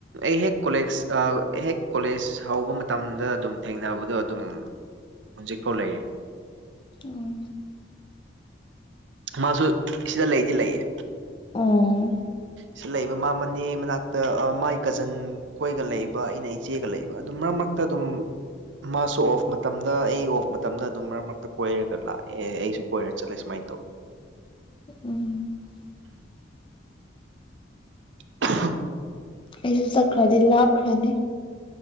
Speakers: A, on the right; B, on the left.
A: ꯑꯩ ꯍꯦꯛ ꯀꯣꯂꯦꯖ ꯑꯥ ꯍꯦꯛ ꯀꯣꯂꯦꯖ ꯍꯧꯕ ꯃꯇꯝꯗ ꯑꯗꯨꯝ ꯊꯦꯡꯅꯕꯗꯣ ꯑꯗꯨꯝ ꯍꯧꯖꯤꯛꯐꯥꯎ ꯂꯩꯔꯤ
B: ꯑꯣ
A: ꯃꯥꯁꯨ ꯁꯤꯗ ꯂꯩꯗꯤ ꯂꯩꯌꯦ
B: ꯑ‌ꯣ
A: ꯁꯤꯗ ꯂꯩꯕ ꯃꯥ ꯃꯅꯦ ꯃꯅꯥꯛꯇ ꯃꯥꯏ ꯀꯖꯟ ꯑꯩꯈꯣꯏꯒ ꯂꯩꯕ ꯑꯩꯅ ꯏꯆꯦꯒ ꯂꯩꯕ ꯑꯗꯨꯝ ꯃꯔꯛ ꯃꯔꯛꯇ ꯑꯗꯨꯝ ꯃꯥꯁꯨ ꯑꯣꯐ ꯃꯇꯝꯗ ꯑꯩ ꯑꯣꯐ ꯃꯇꯝꯗ ꯑꯗꯨꯝ ꯃꯔꯛ ꯃꯔꯛꯇ ꯀꯣꯏꯔꯒ ꯂꯥꯛꯑꯦ ꯑꯩꯁꯨ ꯀꯣꯏꯔ ꯆꯠꯂꯦ ꯁꯨꯃꯥꯏꯅ ꯇꯧꯋꯦ
B: ꯎꯝ
A: <unintelligible>
B: ꯑꯩꯁꯨ ꯆꯠꯈ꯭ꯔꯗꯤ ꯂꯥꯞꯈ꯭ꯔꯅꯤ